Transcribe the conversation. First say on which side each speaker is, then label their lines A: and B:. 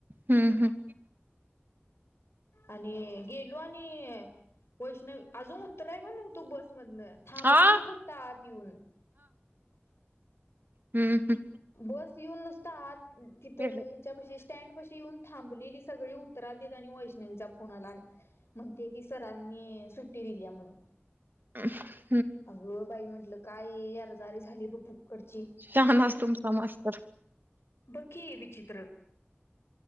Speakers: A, on the right (about 50°); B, on the left (about 75°).
A: हम्म हम
B: आणि गेलो आणि वैष्णव अजून उत्तराय पण नव्हतो बसमधनं थांबलेली
A: हां,
B: फक्त आत येऊन
A: हम्म हम
B: बस येऊन नुसता आ तिथ
A: केलं.
B: ह्याच्यापशी स्टँड पाशी येऊन थांबलेली सगळी उत्तराल देत आणि वैष्णवीचा फोन आला म्हणते की सरांनी सुट्टी दिली म्हणून
A: हम्
B: अगं बाई म्हंटलं काय इरझारी झाली ब फुक्कडची
A: छानच तुमचा मास्टर.
B: बग की विचित्र.